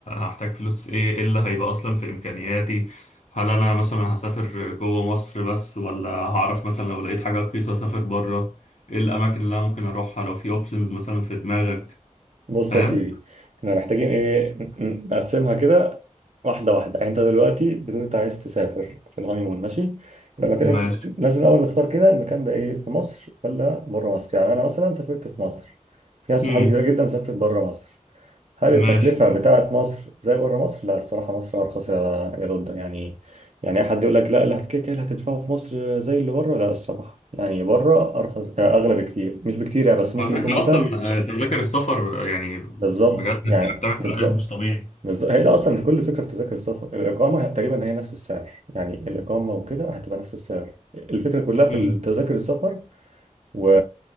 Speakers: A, on the left; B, on the right.
A: هحتاج فلوس إيه إيه اللي هيبقى أصلا في إمكانياتي هل أنا مثلا هسافر جوه مصر بس ولا هعرف مثلا لو لقيت حاجة رخيصة أسافر بره إيه الأماكن اللي أنا ممكن أروحها لو في أوبشنز مثلا في دماغك
B: بص
A: فاهم؟
B: يا سيدي احنا محتاجين ايه ن- نقسمها كده واحده واحده يعني انت دلوقتي بتقول انت عايز تسافر في الهانيمون ماشي يبقى المكان
A: ماشي
B: لازم الاول نختار كده المكان ده ايه في مصر ولا بره مصر يعني انا مثلا سافرت في مصر في ناس
A: مم.
B: صحابي كتير جدا سافرت بره مصر هل التكلفة
A: ماشي
B: بتاعت مصر زي بره مصر؟ لا الصراحة مصر أرخص يا يا رد يعني يعني أي حد يقول لك لا اللي هتكيك اللي هتدفعه في مصر زي اللي بره لا الصراحة يعني بره أرخص آه، أغلى بكتير مش بكتير يعني بس ممكن
A: على فكرة
B: يكون مثلا
A: أصلا آه، تذاكر السفر آه، يعني
B: بالظبط
A: بجد
B: يعني
A: بتعمل
B: بالظبط
A: فرق مش طبيعي
B: بالظبط هي ده أصلا مش كل فكرة في تذاكر السفر الإقامة تقريبا هي نفس السعر يعني الإقامة وكده هتبقى نفس السعر الفكرة كلها في
A: مم.
B: تذاكر السفر و